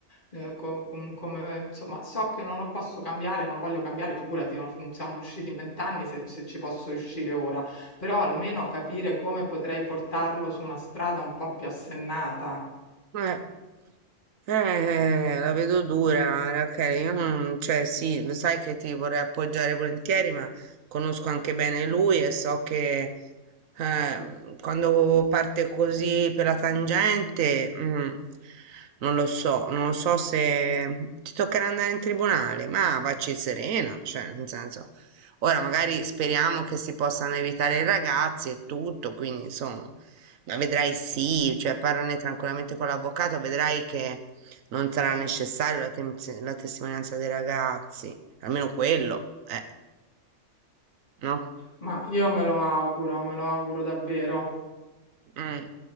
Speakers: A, on the left; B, on the right.
A: eh, co- com- come, insomma, so che non lo posso cambiare, non lo voglio cambiare, figurati, non non siamo riusciti in vent'anni se, se ci posso riuscire ora, però almeno capire come potrei portarlo su una strada un po' più assennata.
B: Eh, eh, la vedo dura, Rachele. Io non, cioè, sì, lo sai che ti vorrei appoggiare volentieri, ma conosco anche bene lui e so che eh, quando parte così per la tangente, mm, non lo so, non lo so se ti toccherà andare in tribunale, ma vacci serena, cioè, nel senso, ora magari speriamo che si possano evitare i ragazzi e tutto, quindi insomma. Ma vedrai sì, cioè parlane tranquillamente con l'avvocato, vedrai che non sarà necessario la, temz- la testimonianza dei ragazzi, almeno quello, eh, no?
A: Ma io me lo auguro, me lo auguro davvero.
B: Mm.